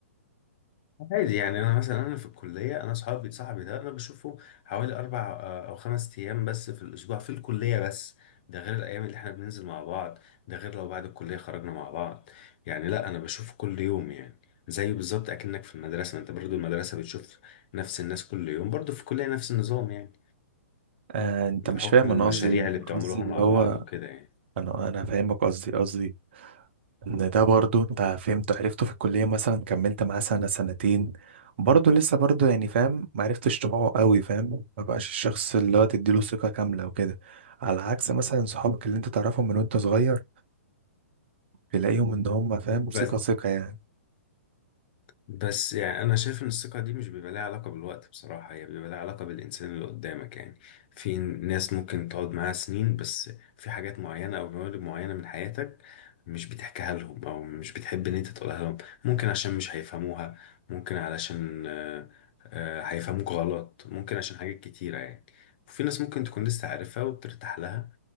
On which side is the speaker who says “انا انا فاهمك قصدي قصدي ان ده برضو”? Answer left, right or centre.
Right